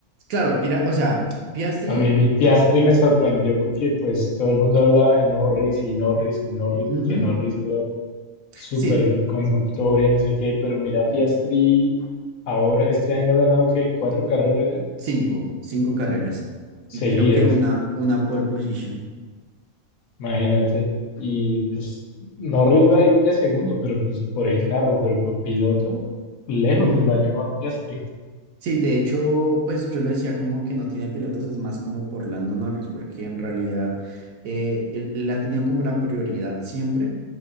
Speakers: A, on the right; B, on the left.
A: Claro, Pira- o sea, Piastri,
B: A mí mi Piastri me sorprendió porque pues todo el mundo hablaba de Norris y Norris y Norris
A: ujú,
B: y que Norris era el superconductor
A: Sí,
B: y no sé qué, pero mira Piastri ahora este año ha ganado que cuatro carreras ya
A: Cinco, cinco carreras.
B: seguidas.
A: Y creo que una, una pole position.
B: Imagínate. Y pues Norris va de segundo, pero pues por el carro, pero por piloto, lejos
A: Ujú.
B: se lo ha llevado Piastri.
A: Sí, de hecho, pues yo lo decía como que no tiene pilotos, es más como por Lando Norris, porque en realidad eh, él, él ha tenido como la prioridad siempre.